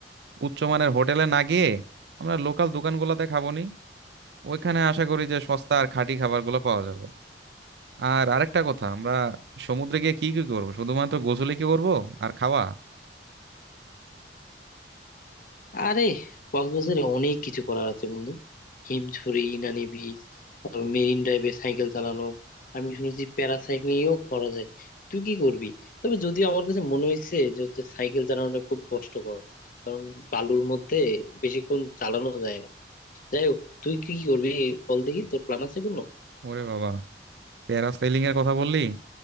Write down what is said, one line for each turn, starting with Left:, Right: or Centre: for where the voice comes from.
Right: উচ্চমানের হোটেলে না গিয়ে আমরা লোকাল দোকানগুলোতে খাবো নি ওইখানে আশা করি যে সস্তা আর খাঁটি খাবারগুলো পাওয়া যাবে আর আরেকটা কথা আমরা সমুদ্রে গিয়ে কি কি করবো শুধুমাত্র গোসলে কি করবো আর খাওয়া
Left: আরে কক্সবাজারে অনেক কিছু করার আছে বন্ধু হিমছড়ি ইনানি বিচ তারপর মেরিন ড্রাইভে সাইকেল চালানো আমি শুনেছি প্যারাসাইক্লিংও করা যায় তুই কি করবি তবে যদিও আমার কাছে মনে হয়েছে যে হচ্ছে সাইকেল চালানোটা খুব কষ্টকর কারণ বালুর মধ্যে বেশিক্ষণ চালানো যায় না যাই হোক তুই কি কি করবি বল দেখি তোর প্ল্যান আছে কোনো
Right: ওরে বাবা প্যারাসেলিং এর কথা বললি